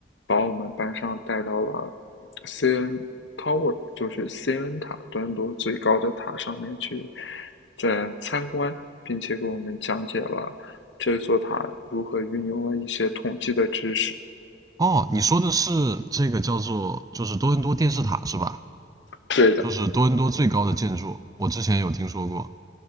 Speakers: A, on the left; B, on the right.
A: 把我们班上带到了 CN Tower，就是 CN 塔端多最高的塔上面去，在参观，并且给我们讲解了这座塔如何运用了一些统计的知识。
B: 哦，你说的是这个叫做就是多伦多电视塔是吧？
A: 对的，
B: 就是多伦多最高的建筑，我之前有听说过。